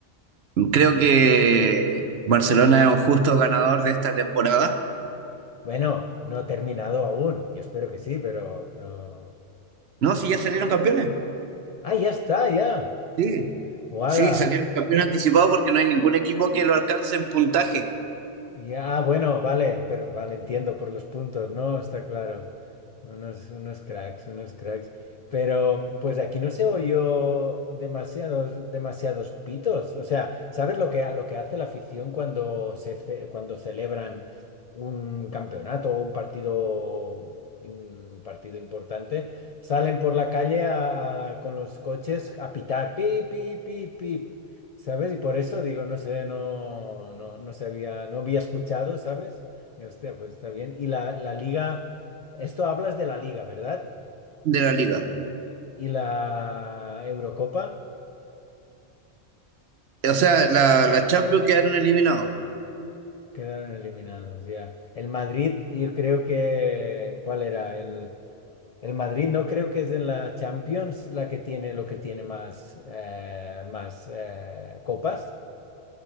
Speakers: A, on the right (about 65°); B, on the left (about 65°).
A: creo que Barcelona es un justo ganador de esta temporada.
B: Bueno, no he terminado aún. Yo espero que sí, pero no.
A: No, si ya salieron campeones.
B: Ah, ya está, ya.
A: Sí,
B: ¡Wala!
A: sí, salieron campeón anticipado porque no hay ningún equipo que lo alcance en puntaje
B: Ya, bueno, vale, pero vale, entiendo por los puntos, ¿no? Está claro. Unos, unos cracks, unos cracks. Pero pues aquí no se oyó demasiados, demasiados pitos. O sea, ¿sabes lo que, lo que hace la afición cuando se, ce- cuando celebran un campeonato o un partido, un partido importante? Salen por la calle a- con los coches a pitar, pi, pi, pi, pi, ¿Sabes? Y por eso digo, no sé, no, no, no sabía, no había escuchado, ¿sabes? Y hostia, pues está bien. Y la, la liga, esto hablas de la liga, ¿verdad?
A: de la liga.
B: Y la Eurocopa
A: O sea, la, la Champions quedaron eliminados.
B: quedaron eliminados, ya. El Madrid, yo creo que, ¿cuál era? El, el Madrid no creo que es en la Champions la que tiene lo que tiene más, eh, más eh, copas.